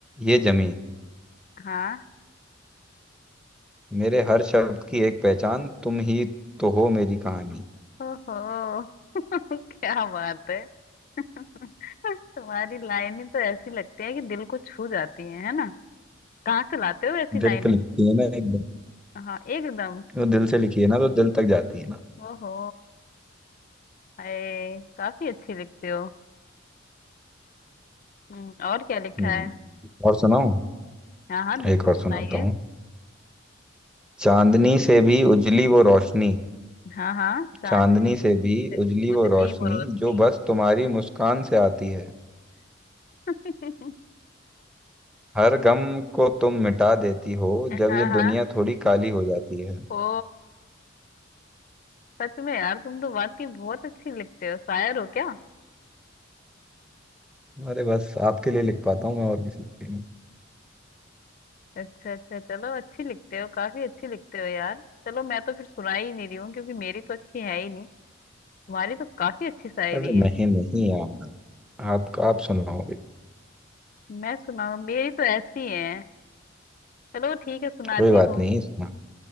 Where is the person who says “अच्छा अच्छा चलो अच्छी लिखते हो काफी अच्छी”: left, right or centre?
Left